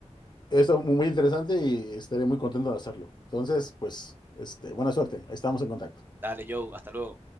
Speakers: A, on the left; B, on the right.
A: eso muy muy interesante y estaré muy contento de hacerlo. Entonces, pues, este, buena suerte. Estamos en contacto.
B: Dale, Joe, hasta luego.